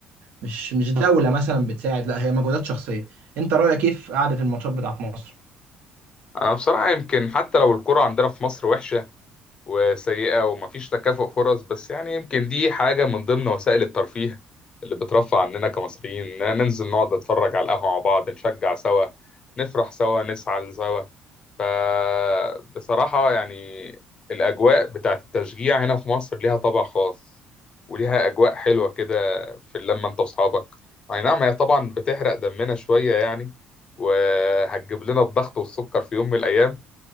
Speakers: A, on the right; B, on the left.
A: مش مش دولة مثلا بتساعد لا هي مجهودات شخصية انت رأيك كيف قعدة الماتشات بتاعت مصر
B: انا بصراحة يمكن حتى لو الكرة عندنا في مصر وحشة وسيئة ومفيش تكافؤ فرص بس يعني يمكن دي حاجة من ضمن وسائل الترفيه اللي بترفع عننا كمصريين إننا ننزل نقعد نتفرج على القهوة مع بعض نشجع سوا نفرح سوا نزعل سوا فبصراحة يعني الأجواء بتاعت التشجيع هنا في مصر ليها طابع خاص وليها أجواء حلوة كده في اللمة أنت وأصحابك أي نعم هي طبعا بتحرق دمنا شوية يعني وهتجيب لنا الضغط والسكر في يوم من الأيام